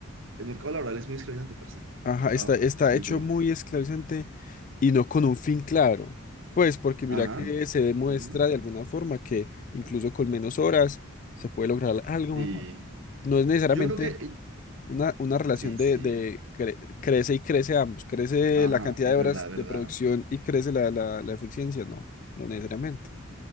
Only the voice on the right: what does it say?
el mercado laboral es muy esclavizante per se,
el trabajo
es muy
duro.
Ajá.
ujú.
Sí,
Yo creo que, eh,
sí,
sí,
ajá,
es
verdad,
es
verdad.